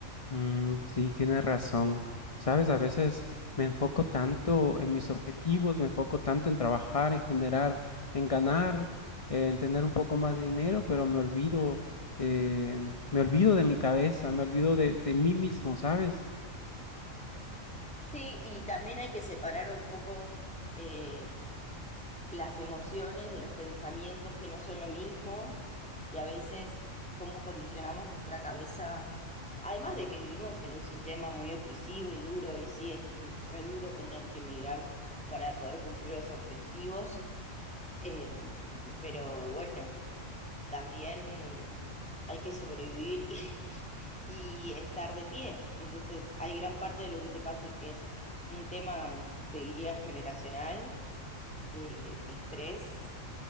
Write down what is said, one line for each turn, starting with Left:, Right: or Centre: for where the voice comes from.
Left: Mm, sí, tienes razón. ¿Sabes? A veces me enfoco tanto en mis objetivos, me enfoco tanto en trabajar, en generar, en ganar, eh, en tener un poco más de dinero, pero me olvido, eh, me olvido de mi cabeza, me olvido de, de mí mismo, ¿sabes?
Centre: Sí, y también hay que separar un poco eh, las emociones de los pensamientos que no son lo mismo y a veces cómo condicionamos nuestra cabeza. Además de que vivimos en un sistema muy opresivo y duro, y sí, es re duro tener que emigrar para poder cumplir los objetivos, eh, pero bueno también hay que sobrevivir <laughs> y, y estar de pie. Entonces, hay gran parte de lo que te pasa que es un tema, te diría, generacional, de estrés,